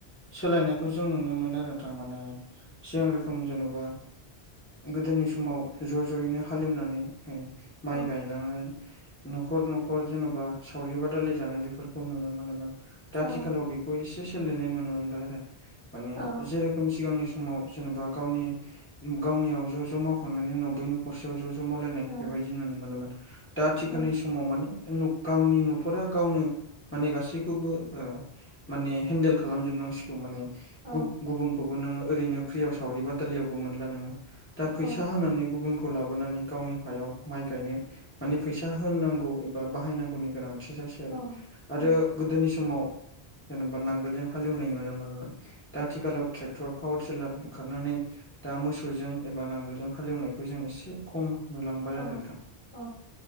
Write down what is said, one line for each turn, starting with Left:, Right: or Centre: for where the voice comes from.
Left: सोलायनायखौ जों नुनो मोनो आरो थारमाने सिगां रोखोम जेन'बा गोदोनि समाव ज' ज'यैनो हालिवनानै
Right: औ
Left: माइ गायलांनाय न'खर न'खर जेन'बा सावरि बादालि जानाय बेफोरखौ नुनो मोनोमोन दा
Right: औ
Left: आथिखालाव बिखौ इसे सोलिनाय नुनो मोनबाय आरो माने
Right: औ
Left: जेरेखम सिगांनि सम समाव जेनेबा गावनि गावनियाव ज' ज' मावखांनायनि उनाव बै न'खर से आव ज' ज' मावलायनाय
Right: औ
Left: बेबायदि नुनो मोनोमोन दा आथिखालनि
Right: औ
Left: सम समाव माने नुख गावनि न'खरा गावनो माने गासिखौबो ओ माने हेन्देल खालामजोबनांसिगौ माने
Right: औ
Left: गुबुनखौबो नोङो ओरैनो फ्रियाव सावरि बादालियावबो मोनला नोङो दा
Right: औ
Left: फैसा होनानै गुबुनखौ लाबोनानै गावनि हायाव माइ गायनो माने फैसा होननांगौ एबा बाहायनांगौनि गोनांथि जासै आरो।
Right: औ औ
Left: आरो गोदोनि समाव जेनेबा नांगोलजों हालेवनाय नुनो मोनोमोन दा आथिखालाव ट्रेक्टर पावार टिलार ओंखारनानै दा मोसौजों एबा नांगोलजों हालेवनायखौ जों एसे खम नुलांबाय
Right: औ
Left: आरो नोंथां
Right: औ